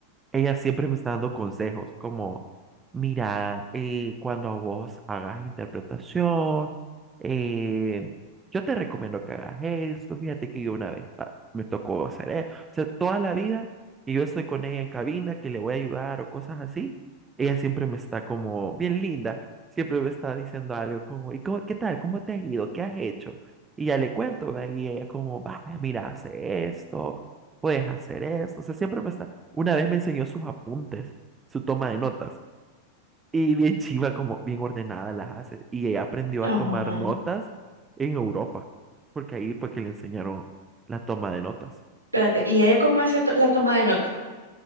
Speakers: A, on the right; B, on the right.
A: ella siempre me está dando consejos como, mira, eh, cuando vos hagas interpretación, eh, yo te recomiendo que hagas esto, fíjate que yo una vez pa, me tocó hacer eso, o sea, toda la vida que yo estoy con ella en cabina, que le voy a ayudar o cosas así, ella siempre me está como bien linda, siempre me está diciendo algo como, ¿y cómo- qué tal? ¿Cómo te has ido? ¿Qué has hecho? Y ya le cuento, ¿ve? y ella como, vaya, mira, hace esto, puedes hacer esto, o sea, siempre me está una vez me enseñó sus apuntes, su toma de notas, y bien <laughs> chiva, como bien ordenada las hace. Y ella aprendió
B: Ajá.
A: a tomar notas en Europa, porque ahí fue que le enseñaron la toma de notas.
B: Espérate, ¿y ella cómo hace to- la toma de nota?